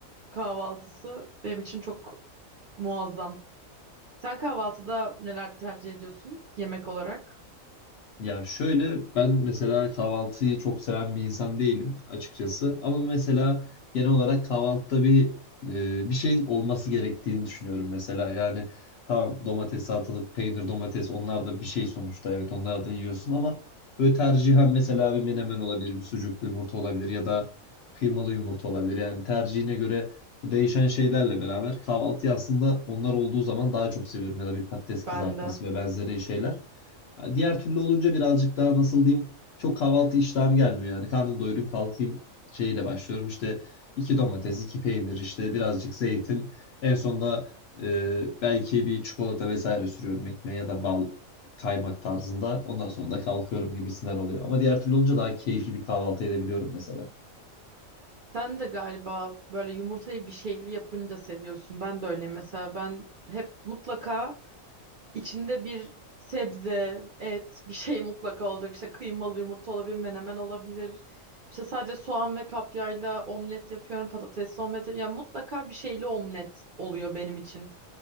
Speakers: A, on the right; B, on the left.
A: kahvaltısı benim için çok muazzam. Sen kahvaltıda neler tercih ediyorsun yemek olarak?
B: Ya şöyle ben mesela kahvaltıyı çok seven bir insan değilim açıkçası. Ama mesela genel olarak kahvaltıda bir e, bir şeyin olması gerektiğini düşünüyorum mesela. Yani tamam domates, salatalık, peynir, domates onlar da bir şey sonuçta. Evet onları da yiyorsun ama böyle tercihen mesela bir menemen olabilir, bir sucuklu yumurta olabilir ya da kıymalı yumurta olabilir. Yani tercihine göre bu değişen şeylerle beraber kahvaltıyı aslında onlar olduğu zaman daha çok seviyorum ya da bir patates kızartması
A: Ben de.
B: ve benzeri şeyler. Ha, Diğer türlü olunca birazcık daha nasıl diyeyim çok kahvaltı iştahım gelmiyor yani karnım doyurayım kalkayım şeyle başlıyorum işte iki domates iki peynir işte birazcık zeytin en sonunda e, belki bir çikolata vesaire sürüyorum ekmeğe ya da bal kaymak tarzında ondan sonra da kalkıyorum gibisinden oluyor ama diğer türlü olunca daha keyifli bir kahvaltı edebiliyorum mesela.
A: Sen de galiba böyle yumurtayı bir şeyli yapınca seviyorsun. Ben de öyle. Mesela ben hep mutlaka içinde bir sebze, et, bir şey mutlaka olacak. İşte kıymalı yumurta olabilir, menemen olabilir. İşte sadece soğan ve kapyayla omlet yapıyorum, patatesli omlet yapıyorum. Yani mutlaka bir şeyli omlet oluyor benim için.